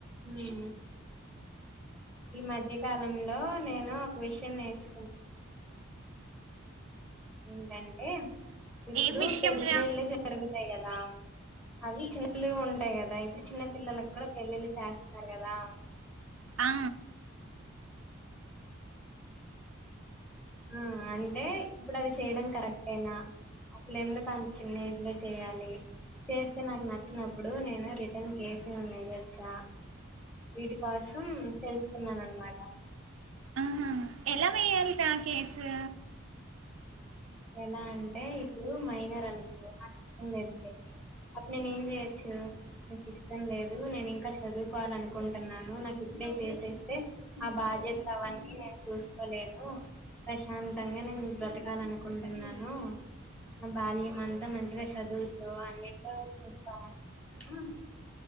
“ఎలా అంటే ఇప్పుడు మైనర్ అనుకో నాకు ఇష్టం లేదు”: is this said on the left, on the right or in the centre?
Centre